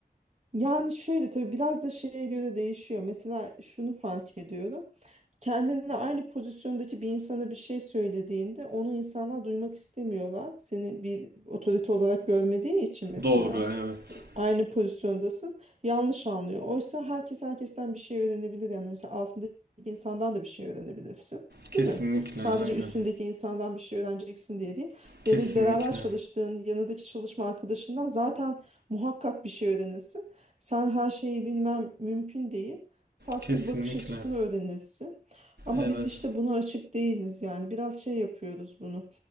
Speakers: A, on the right; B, on the right.
A: yani şöyle tabii biraz da şeye göre değişiyor. Mesela şunu fark ediyorum. kendinle aynı pozisyondaki bir insana bir şey söylediğinde onu insanlar duymak istemiyorlar. Seni bir otorite olarak görmediği için mesela
B: Doğru, evet.
A: E, aynı pozisyondasın yanlış anlıyor. Oysa herkes herkesten bir şey öğrenebilir. Yani mesela altındaki insandan da bir şey öğrenebilirsin.
B: Kesinlikle,
A: Değil mi? Sadece
B: aynen.
A: üstündeki insandan bir şey öğreneceksin diye değil.
B: Kesinlikle,
A: Ya da beraber çalıştığın yanındaki çalışma arkadaşından zaten muhakkak bir şey öğrenirsin. Sen her şeyi bilmem mümkün değil farklı
B: kesinlikle.
A: bir bakış açısını öğrenirsin. Ama
B: Evet,
A: biz işte buna açık değiliz yani. Biraz şey yapıyoruz bunu.